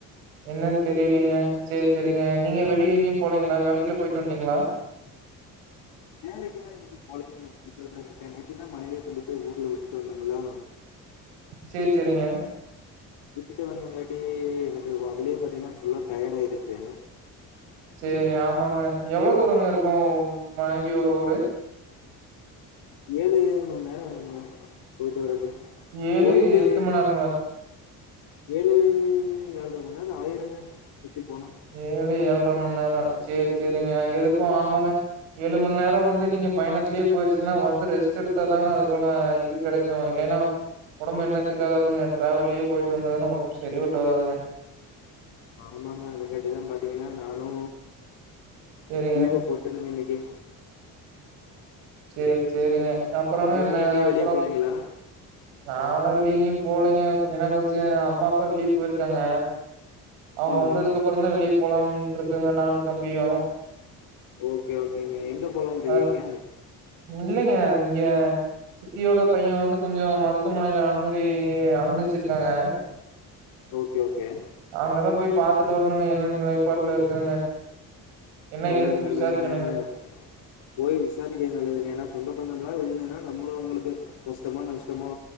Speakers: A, on the right; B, on the left.
A: என்னன்னு தெரியலீங்க, சேரி சேரிங்க நீங்க வெளிய எங்கேயு போலீங்களா வேலைக்குல போயிட்டு வந்துட்டீங்களா
B: வேலைக்கிலா போலங்க இன்னைக்கி வீட்ல ட்லதா இருக்கே நேத்துதா மனைவி கொண்டு போய் ஊர்ல விட்டு வந்தங்களா
A: சேரி சேரிங்க
B: விட்டுட்டு வந்தங்காட்டி எனக்கு அதுலயே பாத்தீங்கன்னா ஃபுல்லா டயர்டாயிருச்சு
A: சேரி, ஆமாங்க எவ்ளோ தூரங்க இருக்கு மனைவியோட ஊரு
B: ஏழு மண்நேரம் ஆகுங்க போயிட்டு வரதுக்கு
A: ஏழு
B: போயிட்டு
A: எட்டு மண் நேரங்களா
B: ஏழு ஏழரைமண்நேரம் ஆயிருங்க சுத்தி போனா
A: ஏழு ஏழரை மண்நேரம் சேரி சேரிங்க எதுக்கு ஆமாங்க ஏழு மண்நேரோ வந்து நீங்க பயணத்திலயே போயிருச்சுன்னா வந்து ரெஸ்ட் எடுத்தாதாங்க அதுக்கான இது கெடைக் கு இல்லைனா ஒடம்பு என்னத்துக்காகறதுங்க டிராவல்லயே போயிட்டு வந்ததுன்னா ஒன்னு சரிபட்டு வராதுங்க
B: ஆமாங்க அதுங்கட்டிதா பாத்தீங்கன்னா நானு
A: சேரிங்க
B: லீவ போட்டனுங்க இன்னைக்கி
A: சேரி சேரிங்க அப்பறங்க
B: நீங்க
A: என்ன
B: எங்கேயு
A: அப்பறோ
B: வெளிய போலீங்களா
A: நான்லா வெளிய எங்கேயு போலைங்க கொஞ்ச நேர கழிச்சு எங்க அம்மா, அப்பா வெளிய போயிருக்காங்க அவங்க
B: ம்
A: வந்ததுக்கு அப்பறந்தா வெளிய போலாம்ட்டு இருக்கங்க நானும் தம்பியு
B: ஓகே ஓகேங்க, எங்க போலானு இருக்கீங்க
A: அ இல்லைங்க இங்க சித்தியோட பையன் வந்து கொஞ்சோ மருத்துவமனையில அனுமதி அனுமதிச்சிருக்காங்க <inaudible>
B: ஓகே ஓகே
A: அங்கதா போய் பாத்துட்டு வரணுங்க என்ன நிலைப்பாட்டுல இருக்கான்னு என்ன
B: நல்லது
A: ஏதுனு போய்
B: நல்லதுங்க
A: விசாரிக்கணுங்க
B: போய் விசாரிக்கிறது நல்லதுங்க ஏன்னா சொந்த பந்தம்லா வேணுனா நம்பளு அவங்களுக்கு கஷ்டமோ நஷ்டமோ